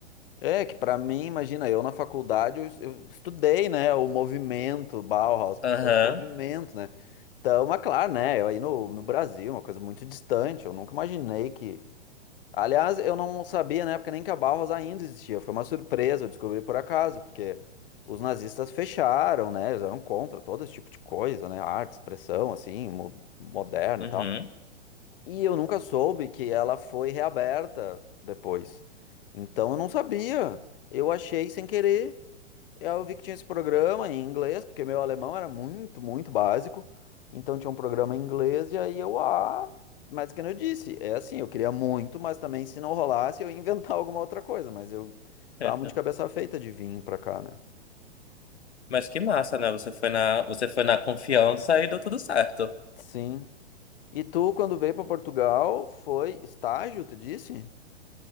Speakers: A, on the left; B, on the left.
A: É que pra mim, imagina, eu na faculdade eu, eu estudei, né, o movimento Bauhaus, porque
B: Aham,
A: foi um movimento, né? Então, mas claro, né, eu aí no, no Brasil, uma coisa muito distante, eu nunca imaginei que. Aliás, eu não sabia na época nem que a Bauhaus ainda existia, foi uma surpresa, eu descobri por acaso, porque os nazistas fecharam, né, eles eram contra todo esse tipo de coisa, né, arte, expressão, assim, mo moderna
B: uhum.
A: e tal. E eu nunca soube que ela foi reaberta depois. Então eu não sabia. Eu achei sem querer. Eu vi que tinha esse programa em inglês, porque meu alemão era muito, muito básico. Então tinha um programa em inglês, e aí eu, ah, mas que nem eu disse, é assim, eu queria muito, mas também se não rolasse, eu ia inventar <laughs> alguma outra coisa. Mas eu
B: <laughs>
A: tava muito de cabeça feita de vir pra cá, né?
B: Mas que massa, né? Você foi na, você foi na confiança e deu tudo certo.
A: Sim. E tu, quando veio pra Portugal, foi estágio, tu disse?